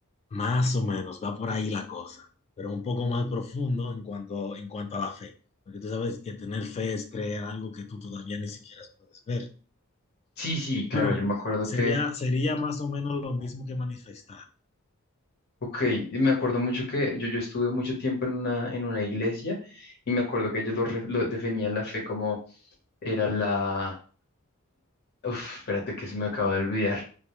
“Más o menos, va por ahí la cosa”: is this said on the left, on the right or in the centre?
Left